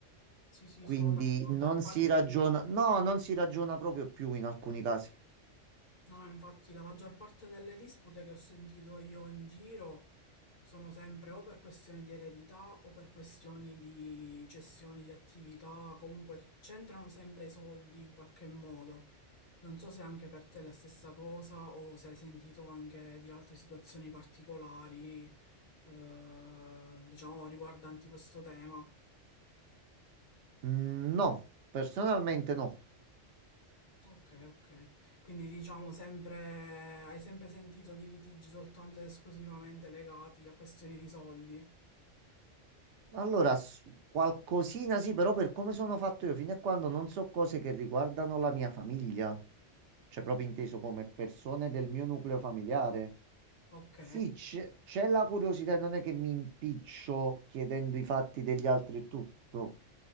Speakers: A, on the left (about 70°); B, on the right (about 70°).
A: sì, sì,
B: Quindi
A: sono d'accordo.
B: non
A: Infatti.
B: si ragiona, no, non si ragiona proprio più in alcuni casi.
A: No, no, infatti la maggior parte delle dispute che ho sentito io in giro sono sempre o per questioni di eredità o per questioni di cessioni di attività, comunque c'entrano sempre i soldi in qualche modo. Non so se anche per te è la stessa cosa o se hai sentito anche di altre situazioni particolari, eh, diciamo, riguardanti questo tema.
B: Mm, no, personalmente no.
A: Ok, ok. Quindi diciamo sempre, hai sempre sentito di litigi soltanto ed esclusivamente legati a questioni di soldi.
B: Allora, s- qualcosina sì, però per come sono fatto io, fino a quando non so cose che riguardano la mia famiglia, cioè proprio inteso come persone del mio nucleo familiare.
A: Ok,
B: Sì, c'è c'è la curiosità, e non è che mi impiccio chiedendo i fatti degli altri e tutto,